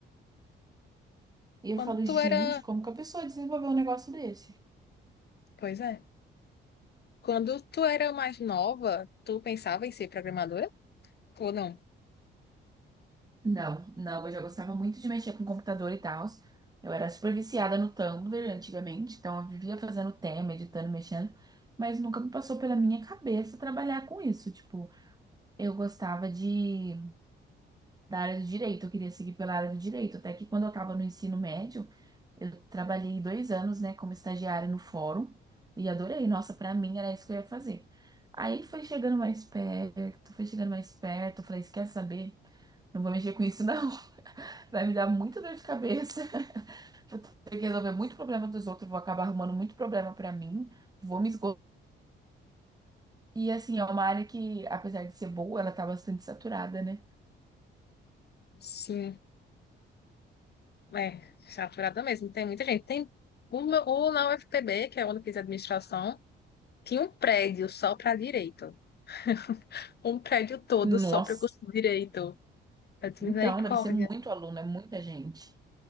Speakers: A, on the right (about 20°); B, on the left (about 55°).
A: e eu
B: Quando
A: falo,
B: tu
A: gente,
B: era.
A: como que a pessoa desenvolveu um negócio desse?
B: Pois é. Quando tu era mais nova, tu pensava em ser programadora? Ou não?
A: Não, não, eu já gostava muito de mexer com computador e tal. Eu era super viciada no Tumblr antigamente, então eu vivia fazendo tema, editando, mexendo, mas nunca me passou pela minha cabeça trabalhar com isso. Tipo, eu gostava de da área do direito, eu queria seguir pela área do direito, até que quando eu estava no ensino médio, eu trabalhei dois anos, né, como estagiária no fórum e adorei. Nossa, pra mim era isso que eu ia fazer. Aí foi chegando mais perto, foi chegando mais perto, eu falei, "Você quer saber? Não vou mexer com isso, <laughs> não. Vai me dar muita dor de cabeça. <laughs> Vou ter que resolver muito problema dos outros, vou acabar arrumando muito problema pra mim, vou me esgotar. E assim, é uma área que, apesar de ser boa, ela tá bastante saturada, né?
B: Sim, é, saturada mesmo. Tem muita gente. Tem uma, o na UFPB, que é onde eu fiz administração, tinha um prédio só para direito. <laughs> Um prédio todo
A: Nossa.
B: só para o curso de direito. Eu disse,
A: Então,
B: misericórdia.
A: deve ser muito aluno, é muita gente.